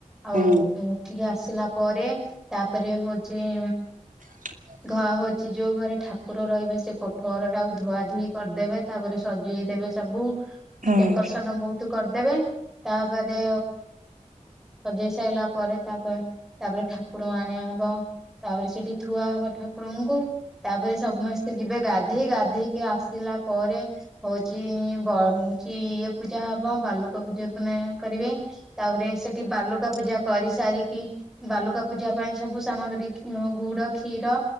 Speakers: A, in the centre; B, on the right.
A: ଆଉ
B: ହୁଁ
A: ଉଠିକି ଆସିଲା ପରେ ତାପରେ ହଉଛି।
B: ହ।
A: ଘ ହଉଛି ଯୋଉ ଘରେ ଠାକୁର ରହିବେ ସେ କୋଠ ଘର ଟାକୁ ଧୁଆ ଧୁଇ କରିଦେବେ। ତାପରେ ସଜେଇଦବେ ସବୁ
B: ହୁଁ
A: ଡେକୋରେସନ ବହୁତ କରିଦେବେ ତାପରେ ସଜେଇ ସାରିଲା ପରେ ତା କ ତାପରେ ଠାକୁର ଆଣି ଆଣବ ତାପରେ ସେଠି ଥୁଆ ହବ ଠାକୁରଙ୍କୁ ତାପରେ ସମସ୍ତେ ଯିବେ ଗାଧେଇ ଗାଧେଇ ଟେ ଆସିଲା ପରେ ହଉଛି ବ ହଉଛି ଇଏ ପୂଜା ହବ ବାଲୁକା ପୂଜା କରିବେ। ତାପରେ ସେଠି ବାଲୁକା ପୂଜା କରି ଚାରିକି ବାଲୁକା ପୂଜା ପାଇଁ ସବୁ ସାମଗ୍ରୀ ଗୁଡ କ୍ଷୀର